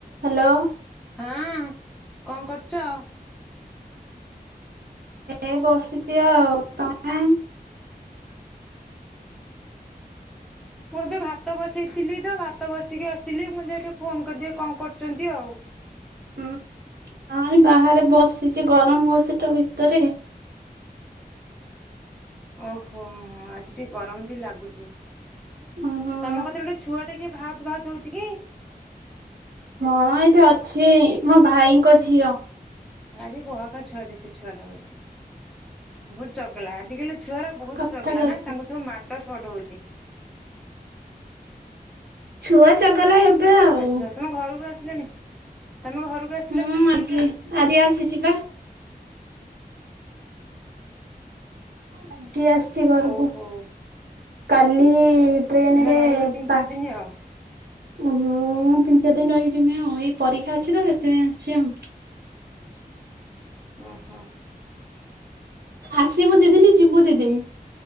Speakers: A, on the right; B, in the centre.
A: Hello.
B: ହଁ କଣ କରୁଛ।
A: ଏ ବସିଛି ଆଉ। ତମେ? <inaudible>
B: ମୁଁ ଏବେ ଭାତ ବସେଇଥିଲି ତ ଭାତ ବସିକି ଆସିଲି ମୁଁ ଯାଇ ଟିକେ ଫୋନ କରିଦି କଣ କରୁଛନ୍ତି ଆଉ।
A: ଉଁ ହଁ ବାହାରେ ବସିଛି ଗରମ ହଉଛି ତ ଭିତରେ।
B: ଓହୋ ଆଜି ଟିକେ ଗରମ ବି ଲାଗୁଛି।
A: ହୁଁ ହୁଁ।
B: ତମ କତିରେ ଗୋଟେ ଛୁଆ ଟେ କିଏ ଭାତ ଭାତ ହେଉଛି କି?
A: ହଁ ଏଇଠି ଅଛି ମୋ ଭାଇଙ୍କ ଝିଅ।
B: ଭାରି ବହକା ଛୁଆଟେ ସେ ଛୁଆଟା ବୋଧେ? ବହୁତ ଚଗଲା ଆଜିକାଲି ଛୁଆରା ବହୁତ
A: କଥା
B: ଚଗଲା
A: କହୁଛି।
B: ନା, ତାଙ୍କୁ ସବୁ ମାଡ ସଟ ହଉଛି।
A: ଛୁଆ ଚଗଲା ହେବେ ଆଉ।
B: ଆଚ୍ଛା ତମ ଘରକୁ ଆସିଲଣି, ତମ ଘରକୁ ଆ
A: ହଁ ଆଜି ଆଜି ଆସିଛି ବା। ଆଜି ଆସିଛି ଘରକୁ,
B: ଓହୋ
A: କାଲି ଟ୍ରେନ
B: ଏଇନା
A: ରେ
B: ରହିବ ତିନି ଚାରି
A: ପାଞ୍ଚ
B: ଦିନ ଆଉ
A: ଓଁ ମୁଁ ତିନି ଚାରି ଦିନ ରହିିକି ଜିମି ଆଉ, ଏଇ ପରୀକ୍ଷା ଅଛି ତ ସେଥିପାଇଁ ଆସିଛି ଆଉ।
B: ଓହୋ।
A: ଆସିବୁ ଦି ଦିନି ଯିବୁ ଦିଦିନ।